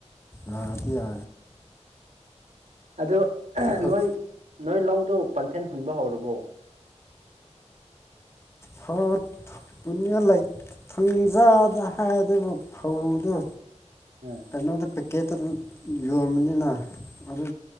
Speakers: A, on the left; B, on the right.
A: ꯂꯗꯤꯌꯥ
B: ꯑꯗꯨ
A: ꯐꯛ
B: ꯅꯣꯏ ꯅꯣꯏ ꯂꯧꯗꯨ ꯄꯟꯊꯦꯜ ꯍꯨꯟꯕ ꯍꯧꯔꯕꯣ
A: ꯍꯨꯠ ꯄꯨꯌꯥ ꯂꯩ ꯊꯨꯡꯖꯥꯗ ꯍꯥꯏꯗꯨꯕꯨ ꯐꯧꯗꯨ
B: ꯎꯝ
A: ꯀꯩꯅꯩꯅꯣ ꯑꯣꯗ ꯇꯤꯀꯦꯠꯇꯨ ꯌꯣꯟꯕꯅꯤꯅ ꯑꯗꯨ